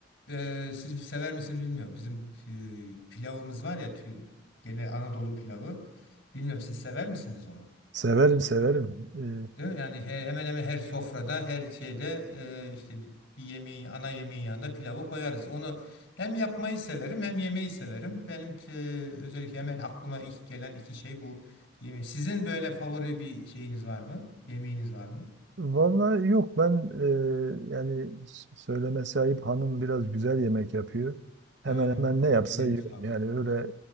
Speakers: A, on the left; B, on the right.
A: e, siz sever misiniz bilmiyorum. Bizim e, pilavımız var ya tü- gene Anadolu pilavı. Bilmiyorum siz sever misiniz onu?
B: Severim severim. Ee,
A: Değil mi? Yani he- hemen hemen her sofrada, her şeyde e, işte bir yemeğin, ana yemeğin yanında pilavı koyarız. Onu hem yapmayı severim hem yemeği severim. Benim e, özellikle hemen aklıma ilk gelen iki şey bu yemeği. Sizin böyle favori bir şeyiniz var mı? Yemeğiniz var mı?
B: vallahi yok ben e, yani s- söylemesi ayıp hanım biraz güzel yemek yapıyor. Hemen
A: Ha,
B: hemen ne yapsa
A: ellerine
B: yiyorum.
A: sağlık.
B: Yani öyle